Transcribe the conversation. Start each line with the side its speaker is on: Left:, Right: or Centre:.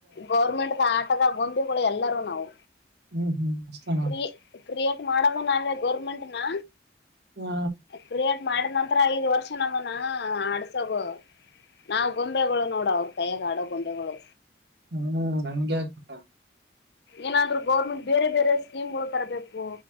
Left: ಗೌರ್ಮೆಂಟ್ ದ ಆಟದ ಗೊಂದೆಗಳು ಎಲ್ಲಾರೂ ನಾವು
Right: ಹ್ಮ್ ಹ್ಮ್ ಅಷ್ಟೇ ನೋಡಿ
Left: ಕ್ರ ಕ್ರಿಯೇಟ್ ಮಾಡವ ನಾವೆ ಗೌರ್ಮೆಂಟ್ನ
Right: ಹ್ಮ
Left: ಕ್ರಿಯೇಟ್ ಮಾಡಿದ ನಂರ ಐದ್ ವರ್ಷ ನಮ್ಮನ ಆಡ್ಸೋಗ ನಾವವು್ ಗೊಂಬೆಗಳು ನೋಡು ಅವ್ರ ಕೈಯಗ ಆಡೋ ಗೊಂಬೆಗಳು
Right: ಹ್ಮ್ ಹಗೆ ಬಿಟ
Left: ಏನಾದ್ರು ಗೌರ್ಮೆಂಟ್ ಬೇರೆ ಬೇರೆ ಸ್ಕೀಮ್ ಗಳು ತರಬೇಕು